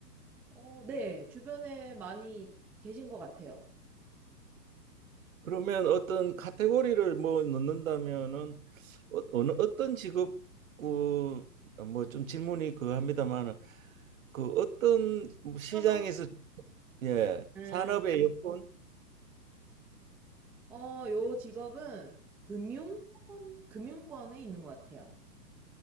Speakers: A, in the centre; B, on the right.
A: 어, 네, 주변에 많이 계신 것 같아요.
B: 그러면 어떤 카테고리를 뭐 넣는다면은 어, 어느 어떤 직업 그뭐좀 질문이 그합니다마는그 어떤
A: 산업,
B: 시장에서 예
A: 음,
B: 산업의 여건
A: 어, 요 직업은 금융권, 금융권에 있는 것 같아요.